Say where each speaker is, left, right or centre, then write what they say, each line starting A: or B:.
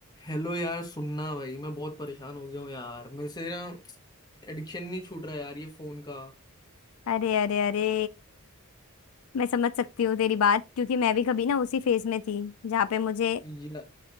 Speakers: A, on the left; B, on the left.
A: Hello यार सुनना भाई मैं बहुत परेशान हो गया हूँ यार मेरे से ना एडिक्शन नहीं छूट रहा यार ये फोन का
B: अरे अरे अरे मैं समझ सकती हूँ तेरी बात क्योंकि मैं भी कभी ना उसी फेज में थी जहाँ पे मुझे
A: या